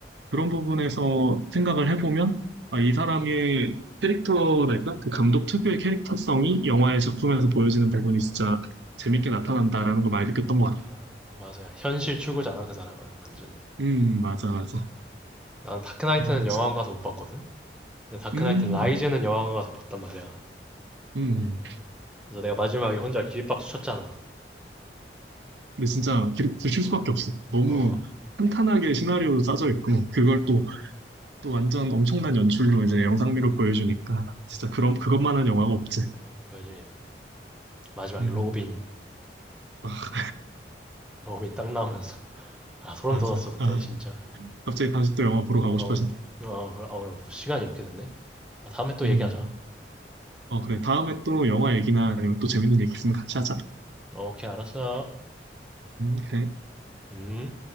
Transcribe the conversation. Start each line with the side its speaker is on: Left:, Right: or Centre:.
Right: 그런 부분에서 생각을 해보면 아, 이 사람의 캐릭터랄까? 그 감독 특유의 캐릭터성이 영화의 작품에서 보여지는 부분이 진짜 재밌게 나타난다라는 걸 많이 느꼈던 것 같아.
Centre: 아, 맞아. 현실 추구잖아, 그 사람은. 완전히.
Right: 음, 맞아, 맞아.
Centre: 나는 다크나이트는
Right: 아,
Centre: 영화관
Right: 진-
Centre: 가서 못 봤거든? 근데 다크나이트
Right: 음,
Centre: 라이즈는 영화관 가서 봤단 말이야.
Right: 음.
Centre: 그래서 내가 마지막에 혼자 길박수 쳤잖아.
Right: 근데 진짜 들쉴
Centre: 어,
Right: 수밖에 없어. 너무
Centre: 어,
Right: 탄탄하게 시나리오도 짜져 있고, 그걸
Centre: 맞아.
Right: 또, 또 완전 엄청난 연출로 이제 영상미로 보여주니까, 진짜 그런, 그것만한 영화가 없지.
Centre: 그지. 마지막에
Right: 음,
Centre: 로빈,
Right: 아,
Centre: 로빈 딱 나오면서. <laughs> 아, 소름
Right: 맞아.
Centre: 돋았어, 그때,
Right: 아,
Centre: 진짜.
Right: 갑자기 다시 또 영화 보러 가고
Centre: 어,
Right: 싶어지네.
Centre: 어, 그래. 어, 시간이 이렇게 됐네. 야, 다음에 또
Right: 음,
Centre: 얘기하자.
Right: 어, 그래. 다음에 또 영화 얘기나 아니면 또 재밌는 얘기 있으면 같이 하자.
Centre: 어, 오케이, 알았어.
Right: 음, 그래.
Centre: 음.